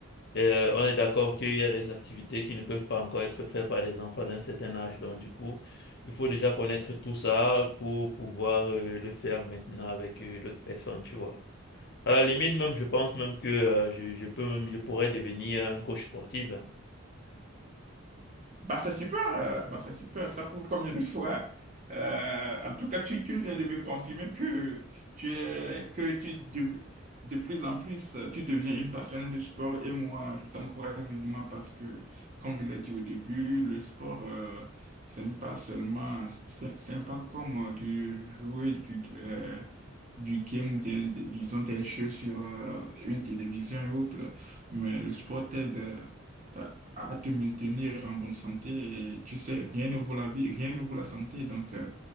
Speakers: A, on the left; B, on the right.
A: Euh, on est d'accord qu'il y a des activités qui ne peuvent pas encore être faites par les enfants d'un certain âge. Donc, du coup, il faut déjà connaître tout ça pour pouvoir euh, le faire maintenant avec euh, d'autres personnes, tu vois. À la limite, même, je pense même que euh, je, je peux même, je pourrais devenir un coach sportif. hein.
B: Bah, c'est super, euh, bah, c'est super. Ça prouve combien de fois. euh, en tout cas, tu, tu viens de me confirmer que tu es, que tu de, de plus en plus, euh, tu deviens une passionnée du sport. Et moi, je t'encourage vivement parce que, comme je l'ai dit au début, le sport, euh, c'est pas seulement, c'est c'est pas comme euh, de jouer du, euh, du game, ou bien, des- disons, des jeux sur euh, une télévision et autres. Mais le sport t'aide. euh, à te maintenir en bonne santé. Et tu sais, rien ne vaut la vie, rien ne vaut la santé. Donc, euh,